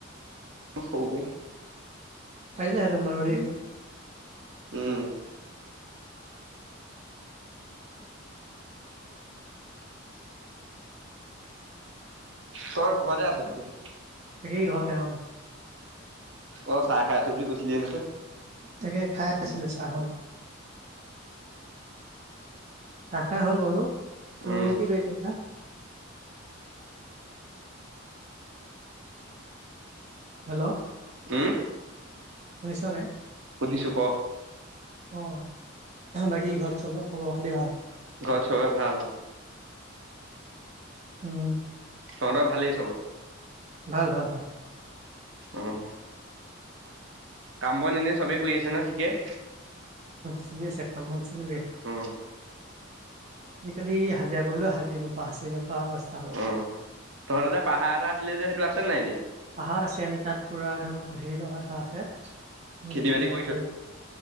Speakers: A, on the right (about 65°); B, on the right (about 35°).
A: হওঁকে।
B: পৰিলা হেতেন বাৰো দেই।
A: উম। তই ঘৰতে আছ' নেকি?
B: সি ঘৰতে অ'।
A: অ', চাহ খাই আছোঁ বুলি কৈছিলি নহয়।
B: তাকে খাই আছিলে
A: উম
B: চাহৰ চাহ খাই হ'ল বাৰু, তোৰ
A: উম
B: <unintelligible> হেল্ল'
A: হম?
B: শুনিছ নে?
A: শুনিছো ক।
B: অ, বাকী ঘৰত চবে খবৰ খাতি ভাল?
A: ঘৰত চবে ভাল অ'।
B: উম
A: তহঁতৰ ভালেই চব?
B: ভাল ভাল ভাল।
A: অ'। কাম বন এনে চবে কৰি আছে ন
B: সুধি আছে কামত <unintelligible>
A: অ
B: আজিকালি হাজিৰা কৰিবলৈও হাজিৰ নোপোৱা হৈছে এনেকুৱা অৱস্থা হ'ব।
A: অ তহঁতৰ পাহাৰ এটা আছিলে যে, সেইটো আছে নাই এতিয়া?
B: পাহাৰ আছে আমি তাত পুৰা একদম হেৰি লগা চাহ আছে ইন্দকী
A: খেতি বাতি
B: ভাষাই
A: কৰিছ